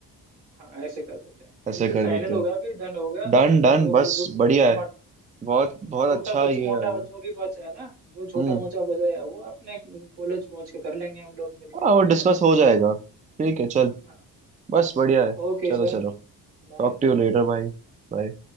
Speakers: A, on the right; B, on the right.
A: हाँ ऐसे कर देते हैं
B: ऐसे
A: बिल्कुल
B: कर
A: फाइनल
B: देते हैं
A: हो गया फिर डन हो गया तो
B: डन डन बस
A: जो कुछ
B: बढ़िया
A: छोटा
B: है
A: मोटा
B: बहुत बहुत
A: छोटा
B: अच्छा
A: कुछ
B: ये
A: मोटा
B: आएगा
A: जो भी बचा है ना जो छोटा
B: हम्म
A: मोटा बचा है वो अपने कॉलेज पहुंच के कर लेंगे हम लोग मिलके
B: हाँ
A: ठीक
B: वो
A: है
B: डिस्कस हो जाएगा ठीक है चल
A: हाँ
B: बस बढ़िया है
A: Okay
B: चलो
A: sir
B: चलो
A: bye
B: टॉक टू यू लेटर भाई बाय